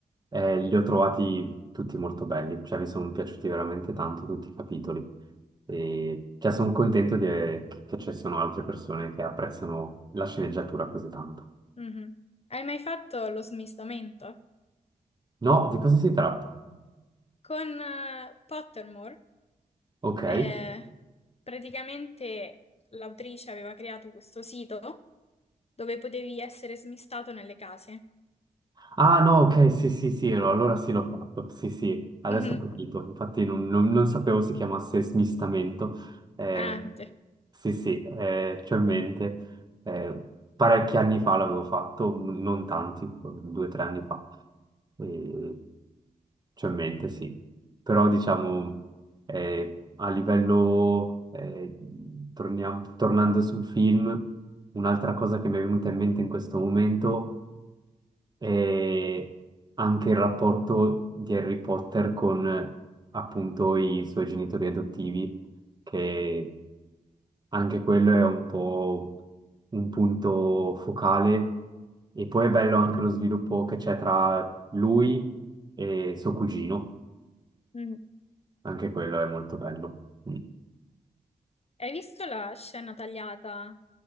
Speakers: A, on the right; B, on the left.
A: eh, li ho trovati tutti molto belli, cioè mi sono piaciuti veramente tanto tutti i capitoli. E cioè, sono contento di- che ci sono altre persone che apprezzano la sceneggiatura così tanto.
B: Mhm. Hai mai fatto lo smistamento?
A: No, di cosa si tratta?
B: Con eh, Pottermore?
A: Ok.
B: Eh, praticamente l'autrice aveva creato questo sito dove potevi essere smistato nelle case.
A: Ah no, ok, sì, sì, sì, no, allora sì l'ho fatto, sì, sì, adesso
B: Mhm.
A: ho capito, infatti non, non- non sapevo si chiamasse smistamento, Eh,
B: Ah, sì.
A: sì, sì, eh, c'ho in mente, Eh, parecchi anni fa l'avevo fatto, n- non tanti, due o tre anni fa, Eh, c'ho in mente, sì, però diciamo eh, a livello, eh, torniamo- tornando sul film, un'altra cosa che mi è venuta in mente in questo momento e anche il rapporto di Harry Potter con eh, appunto i suoi genitori adottivi, che anche quello è un po' un punto focale. E poi è bello anche lo sviluppo che c'è tra lui e suo cugino,
B: Mhm.
A: anche quello è molto bello. Mm.
B: Hai visto la scena tagliata,